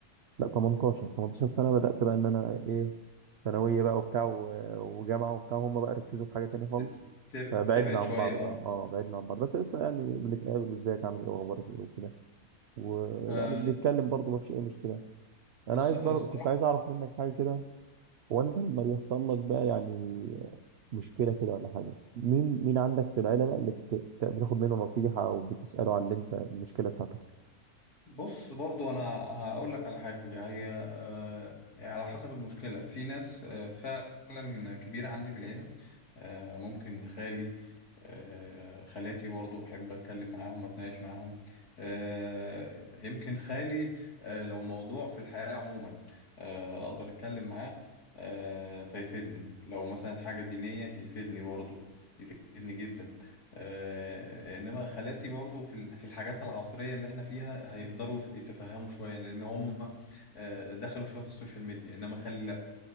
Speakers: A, on the right; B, on the left.
A: لا 18 18 سنة بدأت بقى إن أنا إيه ثانوية بقى وبتاع و- وجامعة وبتاع هم بقى ركزوا في حاجة تانية خالص
B: ت- تب-
A: فبعدنا
B: تبعد
A: عن
B: شوية
A: بعض بقى
B: اه
A: اه بعدنا عن بعض بس لسه يعني بنتقابل وازيك عامل ايه واخبارك ايه وكده ويعني
B: آه،
A: بنتكلم برضه مفيش اي مشكلة انا
B: الص-
A: عايز
B: الصراحة
A: برضه كنت عايز اعرف منك حاجة كده هو انت لما بيحصل لك بقى يعني مشكلة كده ولا حاجة مين مين عندك في العيلة بقى اللي بت- بت- بتاخد منه نصيحة او بتسأله عن اللي انت المشكلة بتاعتك
B: بص برضو انا هقول لك على حاجة هي آه، على حسب المشكلة في ناس آه، فعلا كبيرة عندي في العيلة آه، ممكن خالي آه، خالاتي برضو بحب اتكلم معاهم اتناقش معاهم آه، يمكن خالي آه، لو موضوع في الحياة عموما آه، اقدر اتكلم معاه آه، فيفيدني لو مثلا حاجة دينية يفيدني برضو يفيدني جدا آه، انما خالاتي برضو في ال- في الحاجات العصريه اللي احنا فيها هيقدروا يتفهموا شويه لان هم آه، دخلوا شويه في السوشيال ميديا انما خال